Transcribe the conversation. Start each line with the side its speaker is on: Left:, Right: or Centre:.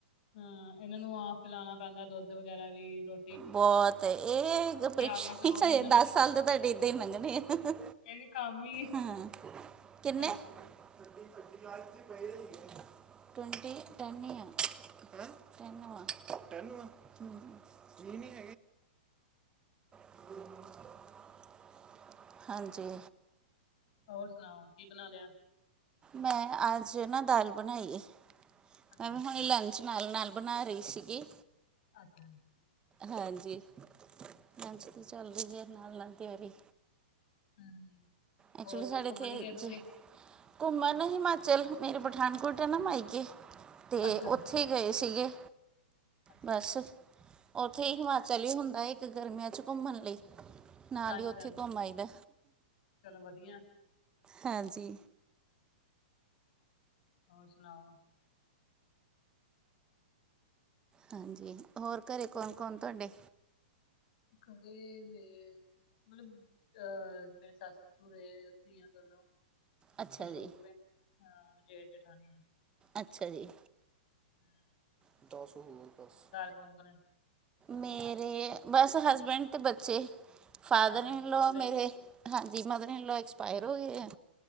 Left: ਹੂੰ ਏਨਾਂ ਨੂੰ ਆਪ ਪਿਲਾਣਾ ਪੈਂਦਾ ਦੁੱਧ ਵਗੈਰਾ ਵੀ ਰੋ
Right: ਬੋਤ ਏਹ ਪ੍ਰਿਕਸ਼
Left: ਗਿਆ ਫਿਰ ਉਹ ਵੀ ਇਹਨਾਂ ਨੂੰ
Right: ਦੱਸ ਸਾਲ ਦੇ ਤੁਹਾਡੇ ਏਦਾਂ ਈ ਲੰਘਣੇ ਆ।
Left: ਏਵੀ ਕੰਮ ਈ
Right: ਹਾਂ ਕਿੰਨੇ
Left: ਹਾਂਜੀ।
Right: <inaudible> ਟਵੈਂਟੀ ਟੈਨ ਆ ਹੈਂ ਟੈਂਨ ਵਾਂ ਟਨ ਵਾਂ। <unintelligible> <inaudible> ਹਾਂਜੀ।
Left: ਹੋਰ ਸੁਣਾਓ ਕੀ ਬਣਾ ਲਿਆ।
Right: ਮੈਂ ਅੱਜ ਨਾ ਦਾਲ ਬਣਾਈ ਏ
Left: ਅੱਛਾ
Right: ਮੈਂ ਵੇਂ
Left: ਅੱਛਾ
Right: ਹੁਣੀ ਲੰ ਚ ਨਾਲ-ਨਾਲ ਬਣਾ ਰੀ ਸੀਗੀ।
Left: ਅੱਛਾ।
Right: ਹਾਂਜੀ ਲੰਚ ਦੀ ਚੱਲ ਰੀਐ ਨਾਲ-ਨਾਲ ਤਿਆਰੀ।
Left: ਹੂੰ
Right: ਐਕਚੁਅਲੀ
Left: ਹੋਰ
Right: ਸਾਡੇ
Left: ਕਿਤੇ ਘੁੰਮਣ
Right: ਇੱਥੇ
Left: ਨੀ ਗਏ ਤੁਸੀਂ।
Right: ਜ- ਘੁੰਮਣ ਨੂੰ ਹਿਮਾਚਲ ਮੇਰੇ ਪਠਾਨਕੋਟ ਐ ਨਾ ਮਾਈਕੇ ਤੇ
Left: ਅੱਛਾ
Right: ਉੱਥੇ ਥੇ ਗਏ ਸੀਗੇ
Left: ਅੱਛਾ
Right: ਬਸ
Left: ਅੱਛਾ,
Right: ਓਥੇ ਈ ਹਿਮਾਚਲ
Left: ਚਲੋ
Right: ਈ ਹੁੰਦਾ ਏ। ਤੇ ਗਰਮੀਆਂ ਚ ਘੁੰਮਣ ਲਈ ਨਾਲ
Left: ਹਾਂਜੀ
Right: ਈ ਓਥੇ
Left: ਹਾਂਜੀ
Right: ਘੁੰਮ ਆਈਦਾ।
Left: ਚਲੋ ਵਧੀਆ।
Right: ਹਾਂਜੀ।
Left: ਹੋਰ ਸੁਣਾਓ?
Right: ਹਾਂਜੀ ਹੋਰ ਘਰੇ ਕੌਣ-ਕੌਣ ਤੁਹਾਡੇ?
Left: ਘਰੇੇ ਮੇ ਮਤਲਬ ਅ ਮੇਰੇ ਸੱ ਸਸੁਰ ਏ, ਅਸੀਂ ਆ ਦੋਨੋ,
Right: ਅੱਛਾ
Left: ਏ ਛੋਟੂ
Right: ਜੀ
Left: ਐ ਹਾਂ, ਜੇਠ ਜੇਠਾਣੀ ਐ।
Right: ਅੱਛਾ ਜੀ।
Left: ਹਮ,
Right: <unintelligible>
Left: <unintelligible>
Right: ਮੇਰੇ ਬਸ ਹਸਬੈਂਡ ਤੇ ਬੱਚੇ। ਫਾਦਰ
Left: ਅੱਛਾ
Right: ਇਨਲੋ
Left: ਤੁਸੀਂ ਇਕੱਲੇ
Right: ਮੇਰੇ
Left: ਹੀ
Right: ਹਾਂਜੀ ਮਦਰ ਇਨ ਲੌ ਐਕਸਪਾਇਰ
Left: ਅੱਛਾ ਅੱਛਾ
Right: ਹੋ ਗਏ ਐ।